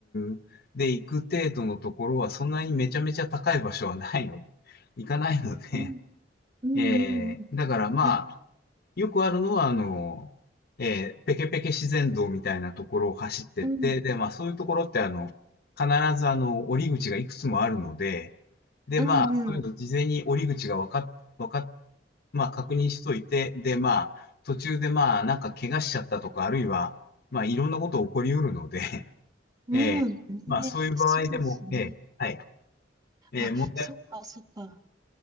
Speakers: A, on the left; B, on the right.
A: グで行く程度のところはそんなにめちゃめちゃ高い場所はないので、行かないので、
B: うん。うん。
A: えーだからまあ、
B: うん。あ、
A: よくあるのは、あの、えーペケペケ自然道みたいなところを走ってって、
B: うん。
A: で、まあそういうところってあの、必ずあの、折り口がいくつもあるので、で、
B: うん。
A: まあ、そういうの事前に折り口がわかっ、わかっ、まあ、確認しといて、で、まあ、途中でまあ、なんか怪我しちゃったとか、あるいは、まあ、いろんなこと起こりうるので、<laughs>
B: うん。
A: ええ、
B: うんね、
A: まあ、そういう場合でも、
B: そうですね。
A: ええ、はい、ええ、
B: あ、
A: 問題、
B: そっか、そっか。